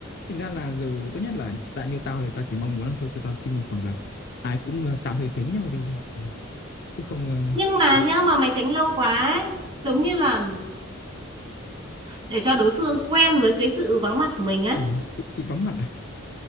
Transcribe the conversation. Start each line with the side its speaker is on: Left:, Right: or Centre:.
Left: thành ra là giờ tốt nhất là đã như tao thì tao chỉ mong muốn là thôi cho tao xin một khoảng lặng ai cũng ờ, tạm thời tránh nhau đi ra trời chứ không ờ,
Right: nhưng mà
Left: đóng-
Right: nhá mà mày tránh lâu quá ấy, giống như là để cho đối phương quen với cái sự vắng mặt của mình ấy
Left: ờ sự sự vắng mặt à